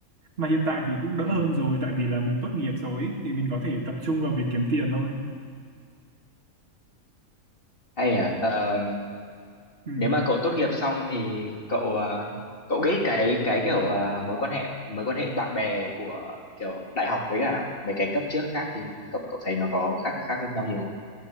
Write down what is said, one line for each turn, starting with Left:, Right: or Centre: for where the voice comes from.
Right: mà hiện tại thì cũng đỡ
Left: ừ.
Right: hơn rồi tại vì là mình tốt nghiệp rồi ấy, thì mình có thể tập trung vào việc kiếm tiền thôi
Left: hay à Ờ,
Right: ừ.
Left: nếu mà cậu tốt nghiệp xong thì cậu ờ, cậu nghĩ cái cái kiểu ờ, mối quan hệ mối quan hệ bạn bè của kiểu đại học với cả mấy cái cấp trước khác thì cậu cậu thấy nó có khác khác nhau nhiều